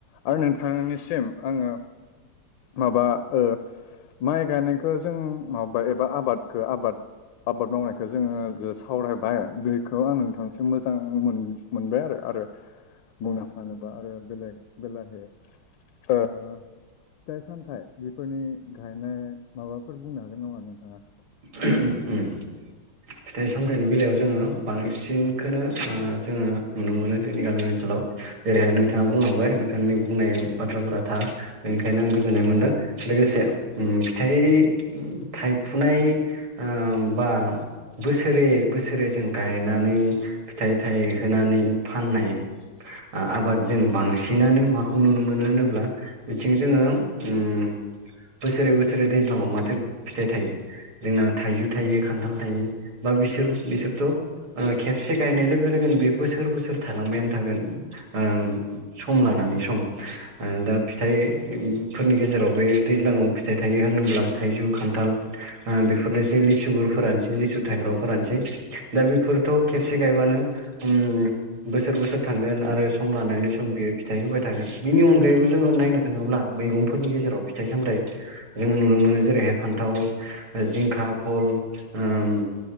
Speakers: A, on the left; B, on the right.
A: आरो नोंथांनिसिम आङो माबा ओ माइ गायनायखौ जों माबायबा एबा आबादखौ आबाद आबाद मावनायखौ जोङो गो सावरायबाय बेखौ आं नोंथांसिम मोजां मोन मोनबाय आरो आरो बुंनो सानोबा आरो बेलेग बेलाहे ओ फिथाइ सामथाइ बेफोरनि गायनाय माबाफोर बुंनो हागोन नामा नोंथाङा?
B: <unintelligible> उम फिथाइ सामथाइनि बेलायाव जोङो बांसिनखोनो ओ जोङो नुनो मोनो जोंनि गामि ओनसोलाव। जेरैहाय नोंथाङा बुंलांबाय नोंथांनि बुंनाय बाथ्राफोरा थार बेनिखायनो आं गोजोननाय मोनदों। लोगोसे उम फिथाइ थाइफुनाय ओ बा बोसोरे बोसोरे जों गायनानै फिथाइ थाइ होनानै फाननाय ओ आबादजों बांसिनानो माखौ नुनो मोनो होनोब्ला? बिथिं जोङो उम बोसोरै बोसोरै दैज्लाङाव माथो फिथाइ थायो? जोंना थाइजौ थायो खान्थाल थायो बा बिसोर बिसोरथ' ओ खेबसे गायनाय लोगो लोगोनो बे बोसोर बोसोर थायलांबायानो थागोन ओम सम लानानै सम। ओ दा फिथाइफोरनि गेजेराव बे दैज्लाङाव फिथाइ थायो होनोब्ला थाइजौ खान्थाल ओ बेफोरनोसै लिसुगुरफोरानोसै लिसु थाइग्राफोरानोसै दा बेफोरथ' खेबसे गायबानो उम बोसोर बोसोर थांगोन आरो सम लानायनि सम बियो फिथाइ होबाय थागोन। बिनि अनगायैबो जोङो नायनो थाङोब्ला मैगंफोरनि गेजेराव फिथाइ सामथायाइ जोङो नुनो मोनो जेरैहाय फान्थाव जिंखा फल ओम